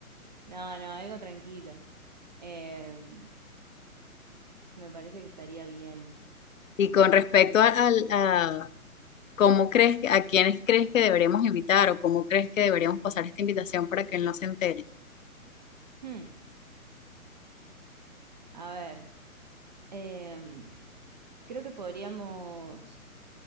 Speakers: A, on the right; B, on the left.
A: No, no, algo tranquilo. Em, me parece que estaría bien.
B: Y con respecto a, al- a cómo crees, que- a quiénes crees que deberemos invitar o cómo crees que deberíamos pasar esta invitación para que él no se entere.
A: Hmm, a ver, em, creo que podríamos...